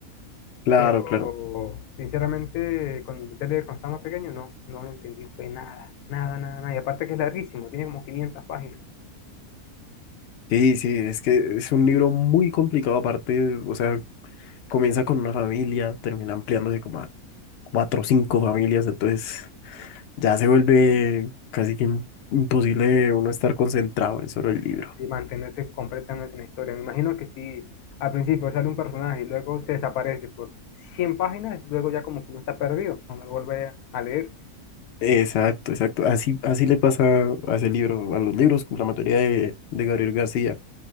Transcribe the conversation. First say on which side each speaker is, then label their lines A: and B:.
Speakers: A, on the left; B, on the left.
A: claro,
B: Pero,
A: claro.
B: sinceramente, cuando intenté leer cuando estaba más pequeño, no, no lo entendí, fue nada, nada, nada, nada. Y aparte que es larguísimo, tiene como 500 páginas.
A: Sí, sí, es que es un libro muy complicado aparte, o sea, comienza con una familia, termina ampliándose como a cuatro o cinco familias, entonces ya se vuelve casi que im- imposible uno estar concentrado en solo el libro.
B: y mantenerse completamente en la historia. Me imagino que si al principio sale un personaje y luego se desaparece por 100 páginas, luego ya como que uno está perdido cuando lo vuelve a leer.
A: Exacto, exacto. Así, así le pasa a ese libro, a los libros, como la mayoría de, de Gabriel García.